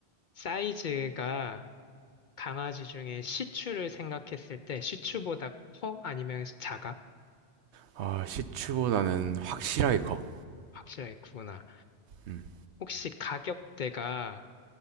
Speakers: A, on the left; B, on the right.
A: 사이즈가 강아지 중에 시츄를 생각했을 때 시츄보다 커? 아니면 작아?
B: 아, 시추보다는 확실하게 커.
A: 확실하게 구나.
B: 음.
A: 혹시 가격대가